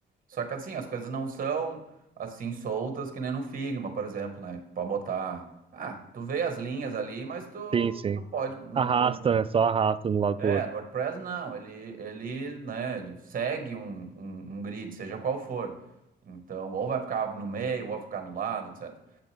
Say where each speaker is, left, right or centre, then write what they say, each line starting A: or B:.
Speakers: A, on the right; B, on the right.
A: só que assim, as coisas não são assim soltas que nem no Figma, por exemplo, né? Tu Pode botar. Ah, tu vê as linhas ali, mas tu,
B: Sim, sim.
A: tu pode no
B: Arrasta,
A: Word...
B: né? Só arrasta de um lado
A: É,
B: pro outro.
A: no WordPress não, ele, ele, né, ele segue um, um, um grid, seja qual for. Então, ou vai ficar no meio, ou vai ficar no lado, etc.